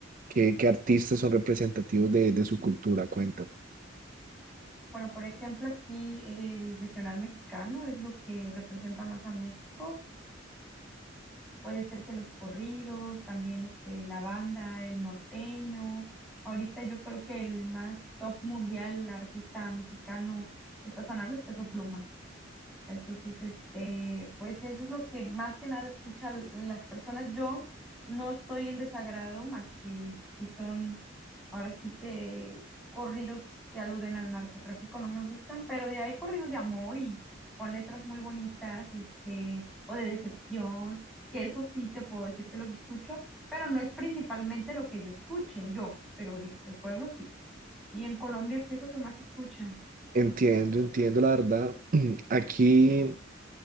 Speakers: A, on the right; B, in the centre.
A: qué, qué artistas son representativos de, de su cultura? Cuéntame.
B: Bueno, por ejemplo, aquí el regional mexicano es lo que representa más a México. puede ser que los corridos, también este, la banda, el norteño. Ahorita yo creo que el más top mundial artista mexicano que está sonando es Peso Pluma. Entonces, este, pues eso es lo que más que nada escuchan las personas. Yo no estoy en desagrado más que si son, ahora sí que corridos que aluden al narcotráfico no me gustan, pero de ahí corridos de amor y con letras muy bonitas, este, o de decepción, que eso sí te puedo decir que los escucho, pero no es principalmente lo que yo escuche, yo, pero el, el pueblo sí. Y en Colombia, ¿qué es lo que más escuchan?
A: Entiendo, entiendo la verdad. <clears throat> Aquí